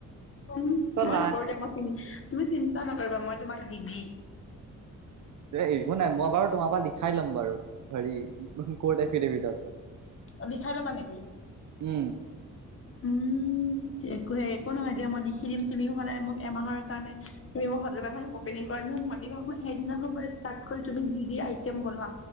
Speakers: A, on the left; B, on the right.
A: উম,
B: চলা
A: মই নককৰোঁ দিয়া মই, তুমি চিন্তা নকৰিবা মই তোমাক দিমেই।
B: দে একো নাই, মই বাৰু তোমাৰ পৰা লিখাই ল'ম বাৰু, হেৰি ক'র্ড এফডেভিটত।
A: অ' লিখাই ল'বা নেকি?
B: উম।
A: উম, একোহে একো নহয় দিয়া, মই লিখি দিম তুমিও সদায় মোক এমাহৰ কাৰণে তুমি মোক <unintelligible> অপেনিং কৰাৰ দিনা মাতিবা মই সেইদিনা পৰা ষ্টাৰ্ট কৰি তুমি যি যি আইটেম বনোৱা।